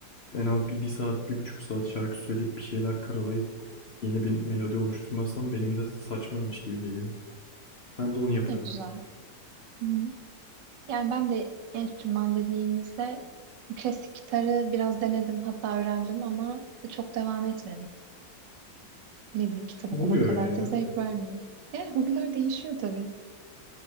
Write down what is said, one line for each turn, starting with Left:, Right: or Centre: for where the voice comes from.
Left: En az bir, bir saat, bir buçuk saat şarkı söyleyip bir şeyler karalayıp yeni bir melodi oluşturmazsam benim de saçmaymış gibi geliyor. Ben de onu yaparım
Right: Bu da güzel.
Left: hep.
Right: Hı hı. Yani ben de enstrüman dediğimizde klasik gitarı biraz denedim hatta öğrendim ama çok devam etmedim. Ne bileyim kitap okumak
Left: Ne oluyor
Right: kadar
Left: öyle ya?
Right: da zevk vermiyor. Yani hobiler değişiyor tabii